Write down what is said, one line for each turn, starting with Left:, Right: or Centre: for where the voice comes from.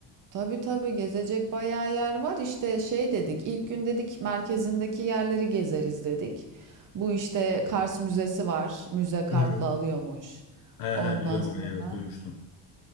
Right: Tabii tabii gezecek bayağı yer var. İşte şey dedik, ilk gün dedik merkezindeki yerleri gezeriz dedik. Bu işte Kars Müzesi var. Müze kartla
Left: Evet.
Right: alıyormuş.
Left: He he
Right: Ondan
Left: biliyorum
Right: sonra
Left: orayı evet duymuştum.